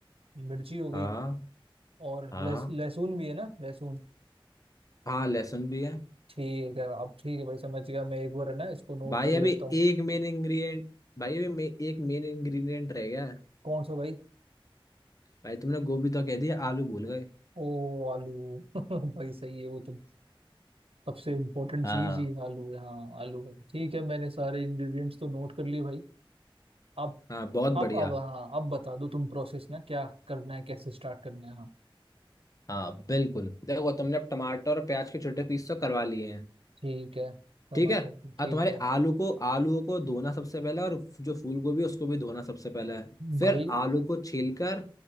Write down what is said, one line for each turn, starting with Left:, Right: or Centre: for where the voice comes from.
Right: मिर्ची हो गई
Left: हाँ
Right: और
Left: हाँ
Right: लहस- लहसुन भी है ना लहसुन
Left: हाँ लहसुन भी है
Right: ठीक है अब ठीक है भाई समझ गया मैं एक बार है ना इसको नोट
Left: भाई
Right: कर
Left: अभी
Right: लेता हूँ
Left: एक मेन इंग्रेडिएंट भाई अभी मे, एक मेन इंग्रेडिएंट रह गया है
Right: कौन सा भाई
Left: भाई तुमने गोभी तो कह दिया आलू भूल गए
Right: ओ आलू <laughs> भाई सही है वो तो सबसे इम्पोर्टेंट
Left: हाँ
Right: चीज ही आलू है हाँ आलू है ठीक है मैंने सारे इंग्रेडिएंट्स तो नोट कर लिए भाई अब
Left: हाँ बहुत
Right: अब
Left: बढ़िया
Right: अब हाँ अब बता दो तुम प्रोसेस ना क्या करना है कैसे स्टार्ट करना है हाँ
Left: हाँ बिल्कुल देखो तुमने अब टमाटर और प्याज के छोटे पीस तो करवा लिए हैं
Right: ठीक है टमाटर
Left: ठीक है
Right: की-
Left: अब
Right: ठीक
Left: तुम्हारे
Right: है
Left: आलू को आलूओं को धोना सबसे पहले और जो फूल गोभी है, उसको भी धोना सबसे पहले है फिर
Right: भाई
Left: आलू को छील कर